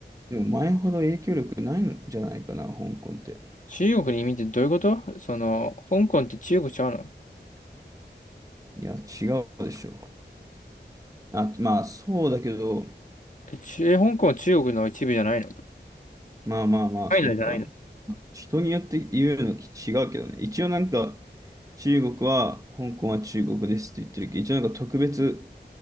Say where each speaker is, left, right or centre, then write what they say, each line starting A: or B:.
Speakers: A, on the right; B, on the left.
A: でも前ほど影響力ないんじゃないかな、香港って。
B: 中国に移民ってどういうことその、香港って中国ちゃうの
A: いや、違うでしょ。あ、まあそうだけど、
B: え中、香港は中国の一部じゃないのタ
A: まあまあまあそうか。
B: イナじゃないの
A: 人によって言うのき違うけどね。一応なんか中国は、香港は中国ですって言ってるけど、一応なんか特別